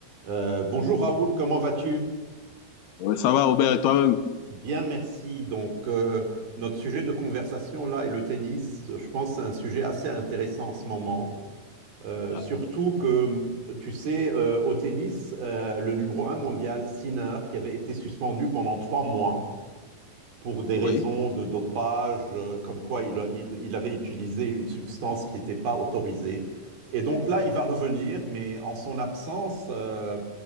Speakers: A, on the right (about 65°); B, on the left (about 75°).
A: Euh, bonjour Raoul, comment vas-tu?
B: Ouais, ça va, Robert, et toi-même?
A: Bien, merci. Donc, euh, notre sujet de conversation là est le tennis. Je pense que c'est un sujet assez intéressant en ce moment. Euh,
B: Ah,
A: surtout que, tu sais, euh, au tennis, euh, le numéro un mondial, Sinner, qui avait été suspendu pendant trois mois pour des
B: Oui.
A: raisons de dopage, euh, comme quoi il, a- il- il avait utilisé une substance qui n'était pas autorisée. Et donc là, il va revenir, mais en son absence, euh,